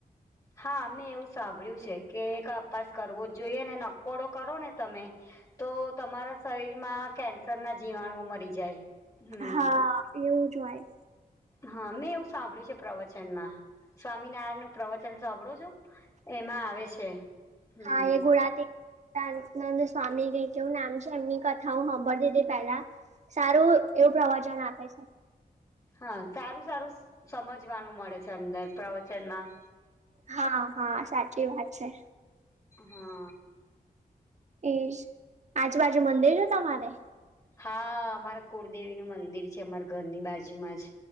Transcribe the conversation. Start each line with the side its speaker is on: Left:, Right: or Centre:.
Left: હા મે એવું સાંભળ્યું છે કે એક અપાસ કરવો જોઈએ ને નકોડો કરો ને તમે. તો તમારા શરીરમાં કેન્સર ના જીવાણુઓ મરી જાય. હમ
Right: હા એવું જ હોય.
Left: હા મેં એવું સાંભળ્યું છે પ્રવચનમાં, સ્વામિનારાયણ નું પ્રવચન. સાંભળો છો એમાં આવે છે. હમ
Right: હા એ ગુણાથી નંદ સ્વામી ક કેવું નામ છે એમની કથા હું સાંભળતી તી પેલા. સારું એવું પ્રવચન આપે છે.
Left: હા સારું સારું સમજવાનું મળે છે અંદર પ્રવચનમાં.
Right: હા હા સાચી વાત છે.
Left: હા
Right: એ આજુબાજુ મંદિર ને તમારે?
Left: હા અમારે કુળદેવી નું મંદિર છે અમારા ઘરની બાજુમાં જ